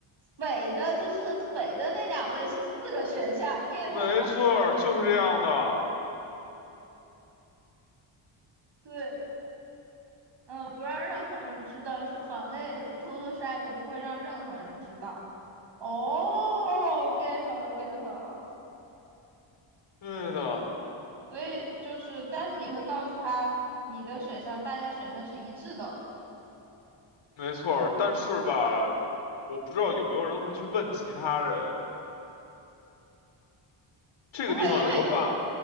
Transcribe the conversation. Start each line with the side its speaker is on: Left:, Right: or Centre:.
Right: 匪的，就是匪的那两位是四个选项，get
Left: 没错儿，
Right: 了啊。
Left: 就是这样的，
Right: 对，呃，不让任何人知道是防内的，偷偷杀一个不会让任何人知道。哦，get 了，get 了。
Left: 对的，
Right: 所以就是，但是你会告诉他你的选项，大家选项是一致的，
Left: 没错儿。但是吧，我不知道有没有人会去问其他人。这个地方有一个
Right: 不会，因为
Left: bug，